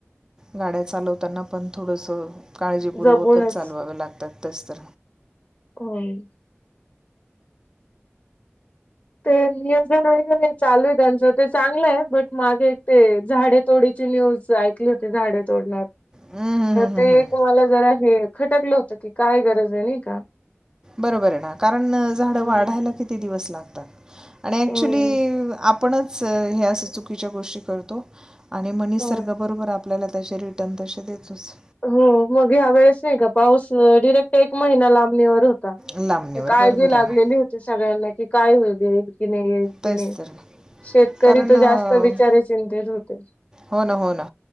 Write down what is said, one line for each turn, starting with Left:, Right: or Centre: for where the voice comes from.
Right: गाड्या चालवताना पण थोडंसं. काळजीपूर्वकच
Left: जपूनच
Right: चालवावे लागतात तेच तर
Left: होई. ते नियोजन वगैरे चालू आहे त्यांचं ते चांगलं आहे बट मागे एक ते झाड. थोडीची न्यूज ऐकली होती झाडे तोडण्यात
Right: हम्म, हम्म, हम्म,
Left: ते
Right: हम्म.
Left: तुम्हाला जरा हे खटकलं होत की काय गरज आहे नाही का?
Right: बरोबर आहे ना कारण झाडं
Left: हम्म.
Right: वाढायला किती दिवस लागतात. आणि ऍक्चुली
Left: हम्म.
Right: आपणच ह्या सु चुकीच्या गोष्टी करतो. आणि मनीस
Left: हं.
Right: सारखं बरोबर आपल्याला त्याचे रिटर्न तसे देतोच.
Left: हो मग ह्या वेळेस नाही का पाऊस डिरेक्ट एक महिना लांबणीवरून
Right: लांबणीवर
Left: काळजी
Right: बरोबर
Left: लागलेली
Right: आहे ना
Left: होती सगळ्यांना की काय होईल येईल की नाही येईल.
Right: तेच
Left: कि नाही
Right: तर ना.
Left: शेतकरी
Right: कारण
Left: तर
Right: अं,
Left: जास्त बिचारे चिंतेत होते.
Right: हो ना हो ना